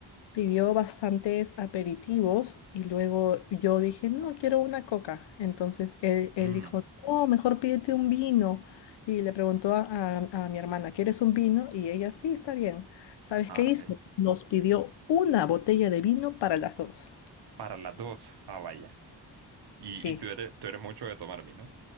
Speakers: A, on the left; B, on the right.
A: pidió bastantes aperitivos y luego yo dije, no, quiero una coca. Entonces él, él
B: Mm,
A: dijo, no, mejor pídete un vino. Y le preguntó a, a- a mi hermana, ¿quieres un vino? Y ella, sí, está bien. ¿Sabes
B: ah,
A: qué hizo?
B: Sí. ok.
A: Nos pidió una botella de vino para las dos.
B: Para las dos. Ah, vaya. Y,
A: Sí,
B: y tú eres, tú eres mucho de tomar vino.